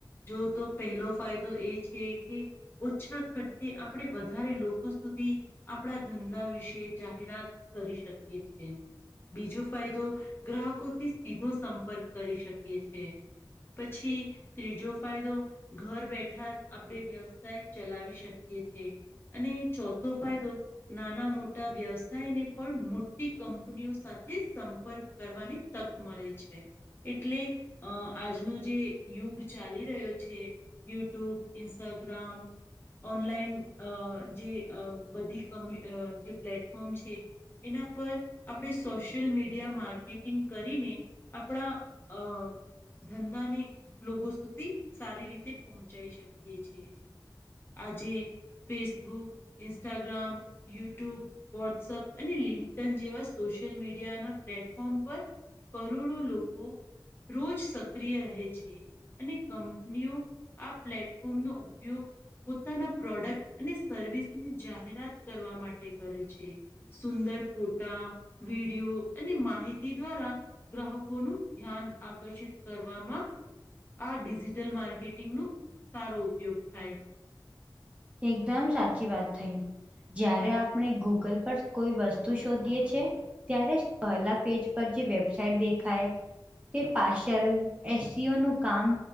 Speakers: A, on the left; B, on the right.
A: જોતો પહેલો ફાયદો એ છે, કે ઓછા ખર્ચે આપણે વધારે લોકો સુધી આપણા ધંધા વિશે જાહેરાત કરી શકીએ છીએ. બીજો ફાયદો ગ્રાહકોથી સીધો સંપર્ક કરી શકીએ છે. પછી ત્રીજો ફાયદો ઘર બેઠા આપણે વ્યવસાય ચલાવી શકીએ છીએ. અને ચોથો ફાયદો નાના મોટા વ્યવસાયને પણ મોટી કંપનીઓ સાથે સંપર્ક કરવાની તક મળે છે. એટલે અ આજનો જે યુગ ચાલી રહ્યો છે. યુટ્યુબ, ઇન્સ્ટાગ્રામ ઓનલાઈન અજે બધીમ જે પ્લેટફોર્મ છે. એના પર આપણે સોશિયલમીડિયા માર્કેટિંગ કરીને આપણા અ ધંધાને લોકો સુધી સારી રીતે પહોંચાઈ શકીએ છીએ. આજે ફેસબુક, ઇન્સ્ટાગ્રામ, યુટ્યુબ, વોટ્સઅપ. અને લિંકટન જેવા સોશિયલ મીડિયાના પ્લેટફોર્મ પર કરોડો લોકો રોજ સક્રિય રહે છે. અને કંપનીઓ આ પ્લેટફોર્મનો ઉપયોગ. પોતાના પ્રોડક્ટ અને સર્વિસની જાહેરાત કરવા માટે કરે છે. સુંદર ફોટા વિડીયો અને માહિતી દ્વારા ગ્રાહકોનું ધ્યાન આકર્ષિત કરવામા આ ડિજિટલ માર્કેટિંગ ન સારો ઉપયોગ થાય છે.
B: એકદમ સાચી વાત થઈ. જયારે આપણે ગૂગલ પર કોઈ વસ્તુ શોધીએ છે. ત્યારે પહેલા પેજ પર જે વેબસાઇટ દેખાય તે પાશૅલ એસીઓનુ કામ